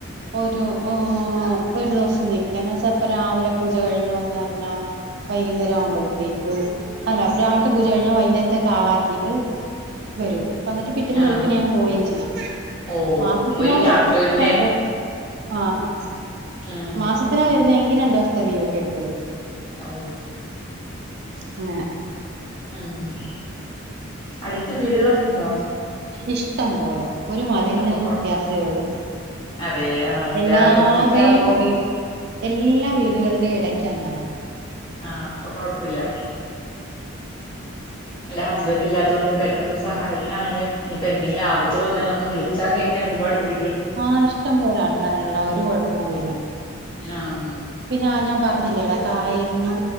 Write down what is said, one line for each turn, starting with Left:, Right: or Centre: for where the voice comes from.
Right: ഒരു ഓ ഒരു ദിവസം നി ക്യുന്നെച്ചാപ്പ രാവിലെ പൂജ കഴിഞ്ഞ് വന്ന് കഴിഞ്ഞ വൈകുന്നേരം ആവുമ്പോഴത്തേക്ക് അല്ല രാവിൽത്തെ പൂജ കഴിഞ്ഞാൽ വൈകുന്നേരത്തെക്ക് ആളാക്കിട്ട് വരും വന്നിട്ട് പിറ്റേന്ന്
Left: ആഹ്
Right: വെളുപ്പിനെ അങ്ങ് പോവേം ചെയ്യും
Left: ഓ
Right: മാസത്തിലാ
Left: ഒരു
Right: വരുന്നെങ്കി
Left: രാത്രി ഒരു
Right: രണ്ട് ദിവസം ആഹ്
Left: ആഹ്
Right: മാസത്തിലാ വരുന്നെങ്കി രണ്ടുസത്തെ ലീവ് ഒക്കെ എടുത്ത് വരും
Left: ഔ
Right: അങ്ങനെ
Left: ആഹ് അടുത്ത് വീടുകളൊക്കെ ഇണ്ടോ
Right: ഇഷ്ടം പോലെ ഒരു മതിൽന്ന്
Left: അപ്പൊ കൊഴപ്പ
Right: വ്യത്യാസെ ഓള്ളു
Left: അതെ ആ അല്ല
Right: എല്ലാര്ടെം
Left: ഒറ്റക്കാവുമ്പോ
Right: വി എല്ലാ വീടുകളുടെയും എടയ്ക്കാ ഞാൻ
Left: ആഹ് അപ്പൊ കൊഴപ്പുല്യ അല്ല ഹസ്ബൻഡ് ഇല്ലാതോണ്ട് പെട്ടന്ന്ങ്ങട്ട് സഹായത്തിനാണെങ്കിലുംഇഞ് ഇപ്പൊ എന്തെങ്കിലും ആപത്ത്ള് വന്നാൽ നമുക്ക് വിളിച്ചാ കേക്കാൻ ഒരുപാട് വീ
Right: ആഹ് ഇഷ്ടം പോലെ ആൾക്കാര്ണ്ട്ടാ ഒരു കൊഴപ്പവും ഇല്ല
Left: ആഹ്
Right: പിന്നെ ആഹ് ഞാൻ പറഞ്ഞില്ലേടാ കായലിനും